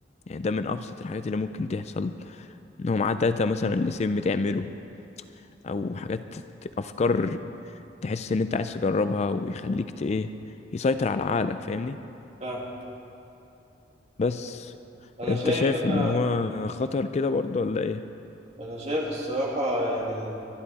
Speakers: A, on the left; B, on the right.
A: يعني ده من أبسط الحاجات اللي ممكن تحصل إن هو معاه داتا مثلا لسم تعمله أو حاجات ت- أفكار تحس إن أنت عايز تجربها ويخليك ت- إيه يسيطر على عقلك فاهمني
B: فاهم
A: بس
B: انا
A: أنت
B: شايف
A: شايف
B: انا
A: إن هو خطر كده برضه ولا إيه؟
B: انا شايف الصراحه يعني